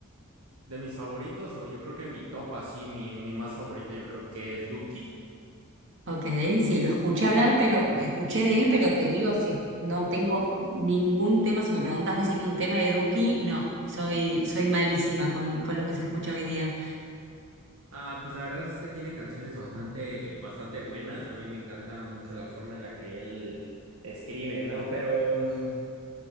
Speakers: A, on the right; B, on the right.
A: de mis favoritos, o yo creo que mi top así, mi, mi más favorito, yo creo que es Duki.
B: Ok, sí, lo escuché hablar, pero escuché de él, pero te digo, si es- no tengo ningún tema, si me preguntas decirme un tema de Duki, no, soy, soy malísima con, con lo que se escucha hoy día.
A: Ah, pues la verdad es que él tiene canciones bastante, bastante buenas. A mí me encanta mucho la forma en la que él escribe, ¿no? Pero mm,